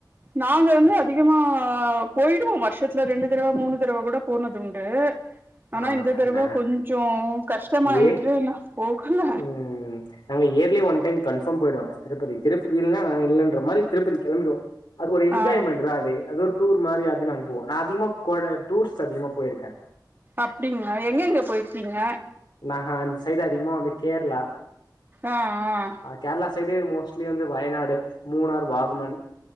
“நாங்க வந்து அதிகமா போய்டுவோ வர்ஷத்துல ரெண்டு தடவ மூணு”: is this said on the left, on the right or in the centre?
Right